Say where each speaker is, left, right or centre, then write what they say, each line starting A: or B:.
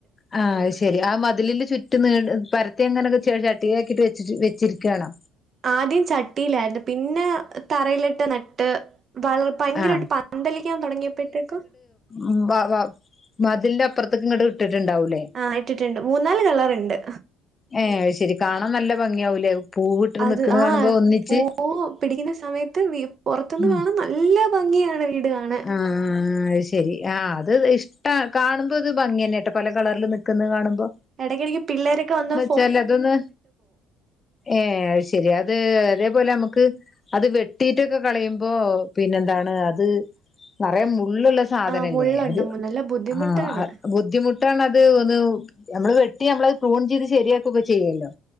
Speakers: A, on the left (about 30°); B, on the right (about 45°).
A: ആഹ് അഅ് ശരി ആ മതിലില് ചുറ്റും നീണ്ട് പരത്തി അങ്ങനെക്കെ <unintelligible> ആക്കിയിട്ട് വെച്ച് വെച്ചിരിക്കുകയാണോ?
B: ആദ്യം ചട്ടിയിലായിരുന്നു പിന്നെ തറയിലിട്ട് നട്ട് വളർ ഭയങ്കരായിട്ട്
A: ആഹ്
B: പന്തലിക്കാൻ തൊടങ്ങിയപ്പോഴത്തേകും
A: ഉം ബാവാ മതിൽന്റെ അപ്പറ്ത്ത്ക്ക് ഇങ്ങട്ട് ഇട്ടിട്ടുണ്ടാവൂല്ലേ
B: ആഹ് ഇട്ട്ട്ട്ണ്ട് മൂന്നാല് കളറ്ണ്ട്
A: ഏഹ് അഅ് ശെരി കാണാൻ നല്ല ഭംഗിയാവൂലേ പൂവിട്ട്
B: അത്
A: നിക്കണ കാണുമ്പോ
B: ആഹ്
A: ഒന്നിച്ച്
B: പൂവ് പിടിക്കുന്ന സമയത്ത് വി പൊറത്ത്ന്ന്
A: ഉം
B: കാണാൻ ന ല്ല ഭംഗിയാണ് വീട് കാണാൻ
A: ആഹ് അത് ശരി ആഹ് അത് ഇഷ്ടാ കാണുമ്പത് ഭംഗിന്നെട്ടോ പല കളർല് നിക്ക്ന്നത് കാണുമ്പോ
B: എടയ്ക്കിടക്ക് പിള്ളേരൊക്കെ വന്നു
A: ചെലത് ന് ഏഹ് അഅ് ശെരി അത് അതേപോലെ നമക്ക് അത് വെട്ടിട്ടൊക്കെ കളയുമ്പോ പിന്നെന്താണ് അത് നറയെ മുള്ള്ള്ള സാധനല്ലേ
B: ആ മുള്ളുണ്ട്
A: അത്
B: നല്ല ബുദ്ധിമുട്ടാണ്
A: ആഹ് അഅ് ബുദ്ധിമു ട്ടാണ് അത് ഒന്ന് നമ്മള് വെട്ടി നമ്മളത് പ്രൂൺ ചെയ്ത് ശരിയാക്കൊക്കെ ചെയ്യല്ലോ